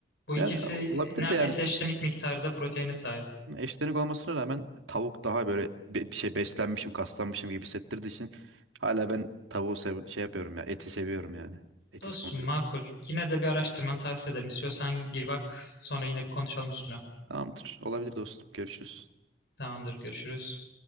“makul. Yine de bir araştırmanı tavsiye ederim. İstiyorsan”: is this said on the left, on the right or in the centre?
Left